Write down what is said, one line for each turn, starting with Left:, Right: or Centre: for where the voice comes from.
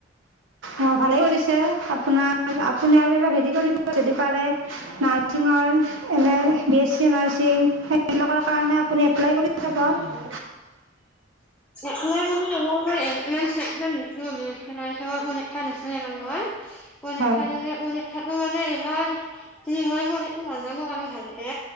Right: অ', ভালেই কৰিছে। আপোনাৰ আপুনি আৰু অলপ হেৰি কৰিব যদি পাৰে নাৰ্ছিঙৰ, এনে বি এছ চি নাৰ্ছিং, সেইবিলাকৰ কাৰণে আপুনি এপ্লাই কৰি <unintelligible>
Centre: মানে মই এণ্ট্ৰেন্স এক্সাম পৰীক্ষা দিছিলোঁ বি এছ চি নাৰ্চিঙৰ পৰীক্ষা দিছিলোঁ মানে মই। পৰীক্ষা
Right: হয়
Centre: দিনা খনেই সেইটো মানে ইমান কি হয়, মই সেইটো নাজানো মই কাৰণ ভালকে।